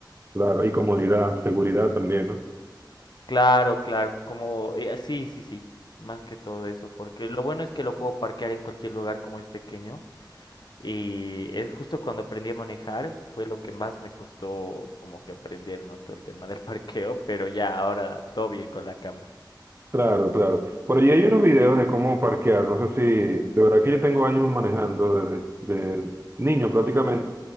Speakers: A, on the right (about 30°); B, on the left (about 65°).
A: Claro. Y comodidad, seguridad también, ¿no?
B: Claro, claro, como eh, sí, sí, sí, más que todo eso, porque lo bueno es que lo puedo parquear en cualquier lugar como es pequeño y es justo cuando aprendí a manejar fue lo que más me costó como que aprender, ¿no? Todo el tema del <laughs> parqueo, pero ya ahora todo bien con la cámara.
A: Claro, claro. Por allí hay unos videos de cómo parquear. No sé si, de verdad que yo tengo años manejando desde, desde niño prácticamente,